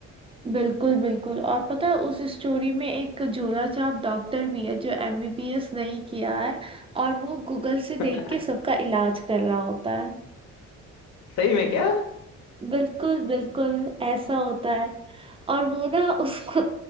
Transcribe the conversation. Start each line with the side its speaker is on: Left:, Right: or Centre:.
Right: बिल्कुल बिल्कुल और पता है उस स्टोरी में एक झोला छाप डॉक्टर भी है जो एमबीबीएस नहीं किया है और वो गूगल से
Left: <laughs>
Right: देख के सबका इलाज कर रहा होता है
Left: सही में क्या
Right: बिल्कुल बिल्कुल ऐसा होता है और वो ना उसको